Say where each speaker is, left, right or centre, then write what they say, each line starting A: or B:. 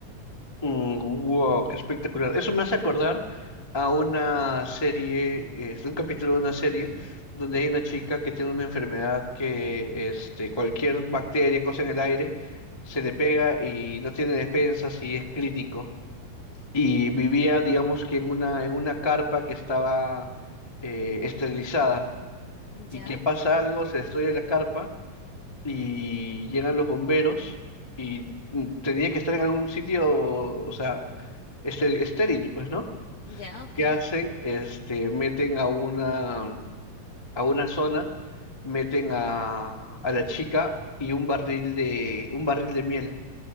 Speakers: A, on the left; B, on the left.
A: Mm, wow, qué espectacular. Eso me hace acordar a una serie, es un capítulo de una serie donde hay una chica que tiene una enfermedad que este, cualquier bacteria, cosa en el aire, se le pega y no tiene defensas y es crítico. Y vivía, digamos que en una, en una carpa que estaba eh, esterilizada y
B: Ya,
A: que pasa algo, se destruye la carpa y llegan los bomberos y mm, tenía que estar en algún sitio, o sea, este, estéril, pues, ¿no?
B: ya, ok.
A: ¿Qué hacen? Este, meten a una, a una zona, meten a, a la chica y un barril de, un barril de miel